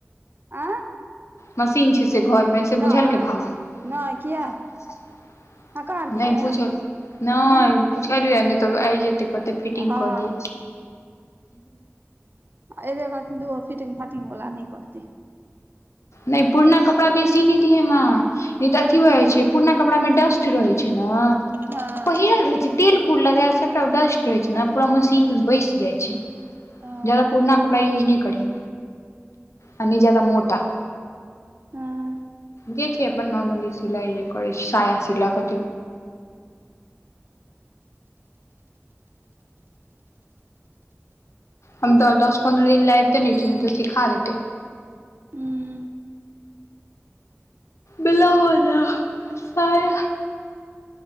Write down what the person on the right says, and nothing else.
अ
नहि
नहि किया हकार दियै
नहि
हँ
ए बे करथि तऽ ओ फिटंग फाटंग बला नहि करत
हँ
हँ
हँ
हूँ